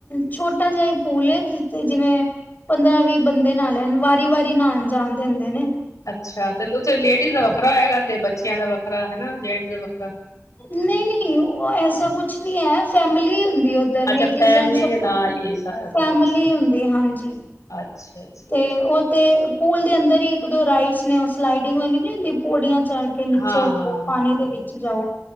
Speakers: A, on the left; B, on the left.
A: ਛੋਟਾ ਜਿਹਾ ਪੂਲ ਜਿੱਥੇ ਜਿਵੇਂ ਪੰਦਰਾਂ ਵੀਹ ਬੰਦੇ ਨਾਲ ਲੈਣ ਵਾਰੀ ਵਾਰੀ ਨਉਣ ਜਾਣ ਦਿੰਦੇ ਨੇ
B: ਅੱਛਾ ਤੇ ਉੱਥੇ ਲੇਡੀਜ਼ ਦਾ ਵੱਖਰਾ ਹੋਗਾ ਤੇ ਬੱਚਿਆਂ ਦਾ ਵੱਖਰਾ ਹਨਾਂ ਜੈਂਟਸ ਦਾ ਵੱਖਰਾ।
A: ਨਈਂ ਨਈਂ, ਉਹ ਐਸਾ ਕੁਛ ਨਈਂ ਐ ਫੈਮਲੀ ਹੁੰਦੀ ਉਧਰ ਲੇਡੀਜ਼
B: ਅੱਛਾ ਫੈਮਲੀ
A: ਜੈਂਟਸ ਸਬ
B: ਦੇ ਨਾਲ ਹੀ ਸਾਰਾ
A: ਫੈਮਲੀ
B: ਕੁਝ ਅੱਛਾ
A: ਹੁੰਦੀ। ਹਾਂਜੀ।
B: ਅੱਛਾ ਅੱਛਾ
A: ਤੇ
B: ਅੱਛਾ
A: ਉਹਦੇ ਪੂਲ ਦੇ ਅੰਦਰ ਹੀ ਇੱਕ ਦੋ ਰਾਈਡਸ ਨੇਂ ਉਹ ਸਲਾਈਡਿੰਗ ਵਾਲੀ ਨੀਂ ਹੁੰਦੀ ਪੌੜੀਆਂ ਚੜ ਕੇ ਨੀਚੇ
B: ਹਾਂ
A: ਉਤਰੋ
B: ਹਾਂ
A: ਪਾਣੀ
B: ਹਾਂ ਹਾਂ
A: ਦੇ ਵਿੱਚ ਜਾਓ